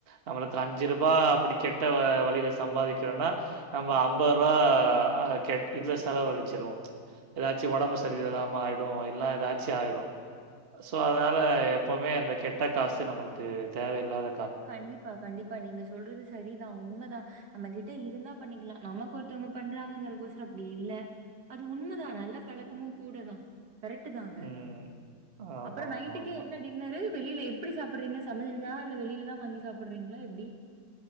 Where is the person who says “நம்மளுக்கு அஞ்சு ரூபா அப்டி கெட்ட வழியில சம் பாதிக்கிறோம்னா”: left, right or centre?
Right